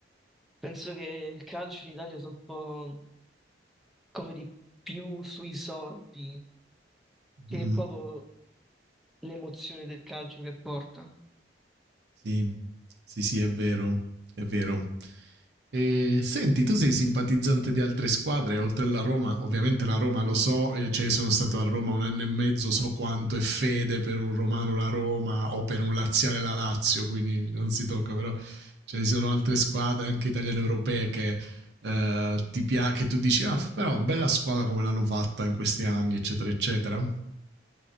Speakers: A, in the centre; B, on the right (about 65°).
A: penso che il calcio in Italia sia un po' come di più sui soldi che
B: Mm,
A: è proprio l'emozione del calcio che porta.
B: Sì, sì, sì, è vero, è vero. E, senti, tu sei simpatizzante di altre squadre, oltre alla Roma, ovviamente la Roma lo so, eh, cioè sono stato a Roma un anno e mezzo, so quanto è fede per un romano la Roma o per un laziale la Lazio, quindi non si tocca, però ce ne sono altre squadre, anche italiane europee, che eh, ti piace, che tu dici, ah, però bella squadra come l'hanno fatta in questi anni, eccetera, eccetera.